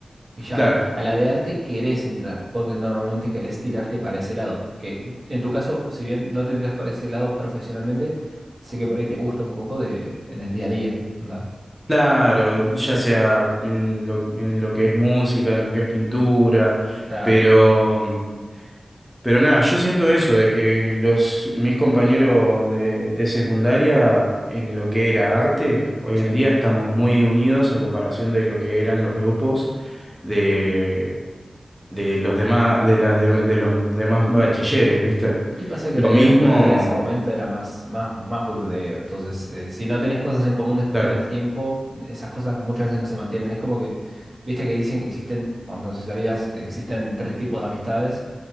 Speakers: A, on the right; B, in the centre.
A: Y ya.
B: claro.
A: A la de arte querés entrar, porque normalmente querés tirarte para ese lado. Que en tu caso, si bien no te tiras para ese lado profesionalmente, sé que por ahí te gusta un poco de en el día a día. Onda,
B: Claro, ya sea en lo, en lo que es música, en lo que es pintura,
A: Claro.
B: pero, mm, pero nada, yo siento eso, de que los, mis compañeros de, de secundaria, en lo que era arte, hoy
A: Sí.
B: en día estamos muy unidos a comparación de lo que eran los grupos de, de los demás, de las de, de los demás bachilleres, ¿viste?
A: Y pasa que
B: Lo
A: la vida
B: mismo,
A: escolar en ese momento era más, más, más boludeo. Entonces, eh, si no tenés cosas en común después
B: claro,
A: con el tiempo, esas cosas muchas veces no se mantienen. Es como que, viste que dicen que existen, o no sé si sabías, existen tres tipos de amistades